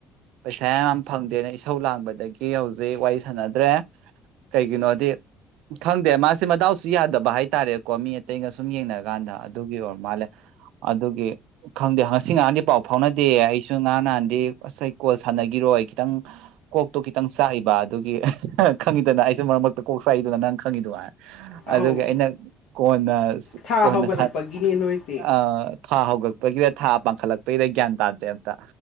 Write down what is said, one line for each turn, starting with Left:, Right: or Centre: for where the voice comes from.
Right: ꯄꯩꯁꯥ ꯌꯥꯝ ꯌꯥꯝ ꯐꯪꯗꯦꯅ ꯏꯁꯧ ꯂꯥꯡꯕꯗꯒꯤ ꯍꯧꯖꯤꯛ ꯋꯥꯔꯤ ꯁꯥꯟꯅꯗ꯭ꯔꯦ ꯀꯩꯒꯤꯅꯣꯗꯤ ꯈꯪꯗꯦ ꯃꯥꯁꯦ ꯃꯇꯗꯥꯎꯁꯨ ꯌꯥꯗꯕ ꯍꯥꯏꯇꯥꯔꯦꯀꯣ ꯃꯤ ꯑꯇꯩꯒ ꯁꯨꯝ ꯌꯦꯡꯅꯔ ꯀꯥꯟꯗ ꯑꯗꯨꯒꯤ ꯑꯣꯏꯔ ꯃꯥꯜꯂꯦ ꯑꯗꯨꯒꯤ ꯈꯪꯗꯦ ꯉꯁꯤ ꯉꯍꯥꯟꯗꯤ ꯄꯥꯎ ꯐꯥꯎꯅꯗꯦ ꯑꯩꯁꯨ ꯉꯍꯥꯟ ꯅꯍꯥꯟꯗꯤ ꯉꯁꯥꯏ ꯀꯣꯜ ꯆꯅꯒꯤꯔꯣꯏ ꯈꯤꯇꯪ ꯀꯣꯛꯇꯣ ꯈꯤꯇꯪ ꯆꯥꯛꯏꯕ ꯑꯗꯨꯒꯤ ꯈꯪꯉꯤꯗꯅ ꯑꯩꯁꯨ ꯃꯔꯛ ꯃꯔꯛꯇ ꯀꯣꯛ ꯆꯥꯛ ꯅꯪ ꯈꯪꯉꯤꯗꯨ
Left: ꯑꯧ
Right: ꯑꯗꯨꯒꯤ ꯑꯩꯅ ꯀꯣꯟꯅ
Left: ꯊꯥ
Right: ꯀꯣꯟꯅ
Left: ꯍꯧꯒꯠꯂꯛꯄꯒꯤꯅꯦ ꯅꯣꯏꯁꯦ
Right: ꯑ ꯊꯥ ꯍꯧꯒꯠꯄꯒꯤꯗ ꯊꯥ ꯄꯥꯡꯈꯠꯂꯛꯄꯒꯤꯗ ꯒ꯭ꯌꯥꯟ ꯇꯥꯗꯦꯕ